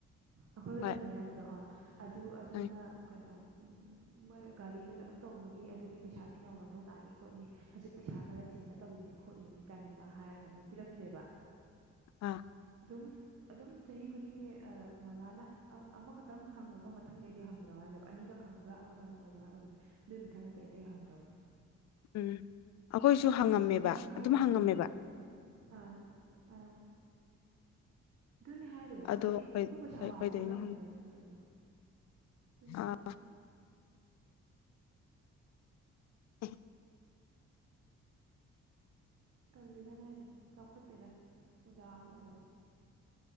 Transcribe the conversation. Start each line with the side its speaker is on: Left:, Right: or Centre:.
Right: ꯑꯈꯣꯏꯒ
Left: ꯍꯣꯏ
Right: ꯇꯝꯃꯤꯟꯅꯔꯝꯕꯗꯣ ꯑꯗꯨ ꯑꯗꯨ ꯑꯗꯨꯅ
Left: ꯍꯣꯏ
Right: ꯀꯩꯅꯣ
Left: <inaudible>
Right: ꯃꯣꯏ ꯒꯥꯔꯤꯗ ꯀꯩꯅꯣꯝ ꯇꯧꯕꯒꯤ ꯑꯗꯨꯒꯤ ꯄꯩꯁꯥ ꯊꯤꯅꯕ ꯃꯊꯧ ꯇꯥꯅꯤ ꯈꯣꯠꯅꯤ ꯍꯧꯖꯤꯛ ꯄꯩꯁꯥ ꯈꯔ ꯆꯤꯟꯅ ꯇꯧꯔꯤꯅꯤ ꯈꯣꯠꯂꯤꯅꯤ ꯀꯥꯏꯅ ꯑꯗꯨꯃꯥꯏꯅ ꯍꯥꯏꯔꯒ ꯄꯤꯔꯛꯇ꯭ꯔꯦꯕ
Left: ꯑꯥ
Right: ꯑꯗꯨꯝ ꯑꯗꯨꯝ ꯆꯍꯤ ꯈꯨꯗꯤꯡꯒꯤ ꯃꯃꯥꯅ ꯑꯃꯈꯛꯇꯪ ꯍꯪꯉꯒ ꯃꯊꯪꯗꯩꯗꯤ ꯍꯪꯗ꯭ꯔ ꯍꯥꯏꯜꯂꯦꯕ ꯑꯅꯤꯔꯛ ꯈꯪꯕ꯭ꯔꯥ ꯑꯃꯈꯛꯇꯪ ꯍꯪꯕ꯭ꯔꯥ ꯑꯗꯨꯃꯥꯏꯅ ꯑꯣꯏꯕꯅꯤ ꯑꯗꯨꯏ ꯃꯊꯪꯗꯗꯤ ꯑꯇꯩ ꯍꯪꯗ꯭ꯔꯕꯅꯦ
Left: ꯎꯝ ꯑꯩꯈꯣꯏꯁꯨ ꯍꯪꯉꯝꯃꯦꯕ
Right: ꯑꯁ ꯃꯃꯥꯏ ꯀꯥꯏꯗꯦ
Left: ꯑꯗꯨꯝ ꯍꯪꯉꯝꯃꯦꯕ
Right: ꯀꯩꯅꯣ ꯑꯗꯨ ꯑꯥ ꯑꯥ ꯑꯗꯨꯅꯦ ꯍꯥꯏꯗꯣ
Left: ꯑꯗꯣ
Right: ꯍꯥꯏꯗꯤ ꯑꯩꯈꯣꯏ ꯄꯩꯁꯥ ꯋꯥꯕ
Left: ꯀꯩꯗꯣꯏꯅꯣ
Right: ꯃꯇꯝꯅꯦꯕ ꯑꯗꯨ ꯃꯇꯝꯗꯣ ꯑꯗꯨꯅꯦ
Left: ꯑ
Right: ꯍꯥꯏꯗꯣ
Left: ꯎ <inaudible>
Right: ꯇꯜꯂꯤꯗ ꯃꯥꯏꯗꯣ ꯆꯥꯎꯈꯠꯇꯦꯗ ꯑꯣꯖꯥ ꯑꯃ ꯑꯣꯏꯔꯣ